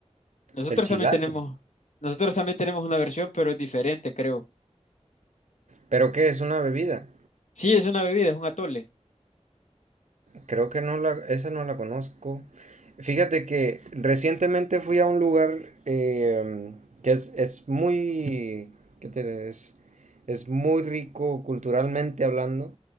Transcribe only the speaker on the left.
Nosotros
también tenemos, nosotros también tenemos una versión, pero es diferente, creo.
Sí, es una bebida, es un atole.